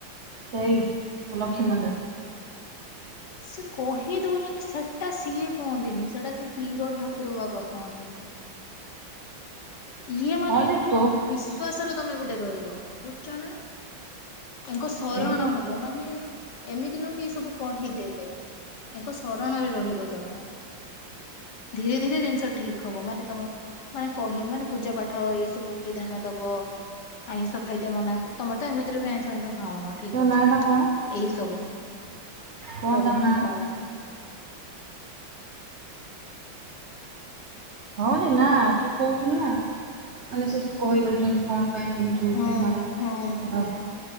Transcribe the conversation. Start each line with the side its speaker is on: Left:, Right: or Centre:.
Right: ସେଇ ଲକ୍ଷ୍ମୀ ମନ୍ଦିର।
Left: ସେ କହି ଦଉଛନ୍ତି ସେଟା ସିଏ କହନ୍ତିନି ସେଟା ସେ ପିର ଠାକୁର ବାବା କୁହନ୍ତି। ଇଏ ମାନେ
Right: ହଁ
Left: ୟାଙ୍କ
Right: ଯେ ତୋ
Left: ବିସ୍ ଶ୍ଵାସରେ ତମେ ଗୋଟେ ରହିବ ବୁଝଛ୍ ନା ତାଙ୍କ ସରଣ
Right: ସେଇ ଯୋଉ
Left: ହବ ମାନେ ଏମିତି ନୁହଁ କି ଇଏ ସବୁ କହିଦେବେ ୟାଙ୍କ ଶରଣରେ ରହିବ ତମେ। ଧୀରେ ଧୀରେ ଜିନିଷ ଠିକ୍ ହବ ମାନେ ତମ ମାନେ କହିବି ମାନେ ପୂଜା ପାଠ ଏଇ ସବୁ ଉପରେ ଧ୍ୟାନ ଦ ବ ଆଇଁଷ ଖାଇତେ ମନା ତମର ତ ଏମିତିରେ ବି ଆଇଁଷ ମାଇଁସ ଖାଉନ ଠିକ୍
Right: ତୋ
Left: ଅଛି।
Right: ନାଁ ଟା କଣ
Left: ଏଇ ସବୁ।
Right: କଣ
Left: ରଘୁନାଥ
Right: ତାଙ୍କ ନାଁ ଟା?
Left: ବାବା।
Right: ହଁ ରେ ନା ତୁ କହୁଥୁଲୁ ନା ମାନେ ସେ ସବୁ କହିଦଉଛନ୍ତି କଣ? ପାଇଁ ଏମିତି ହଉଛି
Left: ହଁ
Right: ମାନଙ୍କର
Left: ହଁ
Right: କଣ ନା
Left: ହଁ।